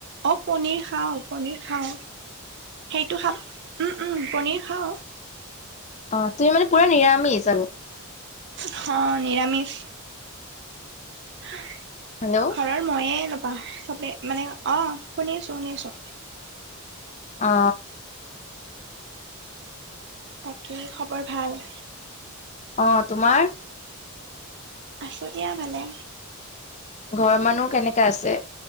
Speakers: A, on the right; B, on the left.
A: অ পনীৰ খাওঁ পনিৰ খাওঁ। সেইটো খাম উম উম পনীৰ খাওঁ।
B: অ তুমি মানে পুৰা নিৰামিছ আৰু।
A: হ নিৰামিষ। <unintelligible>
B: হেল্ল'
A: ঘৰৰ ময়ে ল'পা চবেই মানে, অহ শুনি আছো শুনি আছো।
B: অ।
A: বাকী খবৰ ভাল?
B: অ, তোমাৰ?
A: আছো দিয়া ভালে।
B: ঘৰৰ মানুহ কেনেকে আছে?